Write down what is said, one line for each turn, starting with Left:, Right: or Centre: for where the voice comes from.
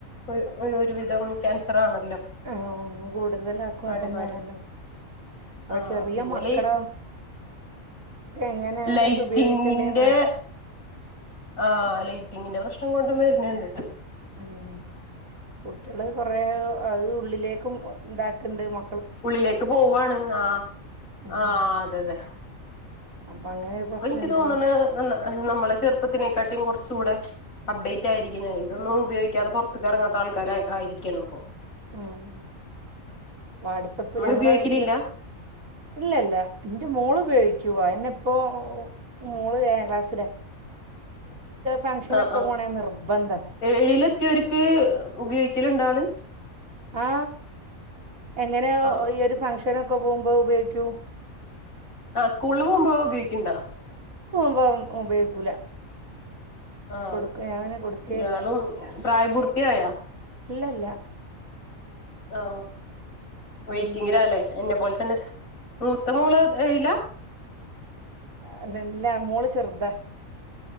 Left: ഒര് ഒരുവിധം ക്യാൻസറാണ്
Right: ആ കൂടുതലാക്കും
Left: നടിമാര്
Right: അതന്നേണല്ലോ അപ്പൊ
Left: ആഹ്
Right: ചെറിയ
Left: പിന്നെ
Right: മക്കള
Left: ലൈ
Right: എങ്ങനെയാണ്
Left: ലൈറ്റിങ്ങിന്റെ
Right: ഇത് ഉപയോഗിക്കേണ്ടേന്ന് അറി
Left: ആ ലൈറ്റിങ്ങിന്റെ പ്രശ്നം കൊണ്ടും വര്ന്ണ്ട്
Right: ഉം കുട്ടികള് കൊറെേ അത് ഉള്ളിലേക്കും ണ്ടാക്ക്ണ്ട് മ
Left: ഉള്ളിലേക്ക് പോവാണ് ആ
Right: ഉം
Left: ആ അതെതെ
Right: അപ്പൊ അങ്ങനെ ഒരു
Left: ഇപ്പൊനിക്ക്
Right: പ്രശ്നണ്ട്
Left: തോന്ന്ണ് നമ്മളെ ചെറു പ്പത്തിനേക്കാട്ടിം കുറച്ചൂടെ അപ്ഡേറ്റ് ആയിരിക്കുഞാൻ ഇതൊന്നും ഉപയോഗിക്കാതെ പുറത്ത്ക്കെറങ്ങാത്ത ആൾക്കാര ആയിരി രിക്കണപ്പോ
Right: ഉം വാട്സപ്പ്
Left: നിങ്ങൾ
Right: ഞങ്ങളകത്തില്
Left: ഉപയോഗിക്കലില്ല
Right: ഇല്ലല്ല ന്റെ മോളുപയോഗിക്കു അയെന്നെ പ്പൊ മോള് ഏയാ ക്ലാസ്സ് ഫംഗ്ഷനൊക്കെ
Left: അ ആ
Right: പോണേ നിർബന്ധ
Left: എഴിലത്തിയൊരു ക്ക് ഉപയോഗിക്കലണ്ടാള്
Right: ആ എങ്ങനെയൊ
Left: ആഹ്
Right: ഈ ഒരു ഫങ്ഷനൊക്കെ പോകുമ്പോ ഉപയോഗിക്കൂ
Left: ആ സ്കൂളിൽ പോകുമ്പോ ഉപയോഗിക്ക്‌ണ്ടാ
Right: പ്പം ഉപയോഗിക്കൂല
Left: ആ
Right: കൊടുക്ക ഞാൻ പിന്നെ കൊടുക്കേല്ല
Left: ഇയാളും പ്രായപൂർത്തിയായ
Right: ഇല്ല ഇല്ല
Left: ആ വെയ്റ്റിങ്ങിലാലേ
Right: ഉം
Left: എന്നെ പോൽതന്നെ മൂത്ത മൂള എഴില
Right: അല്ലല്ല മോള് ചെറുതാ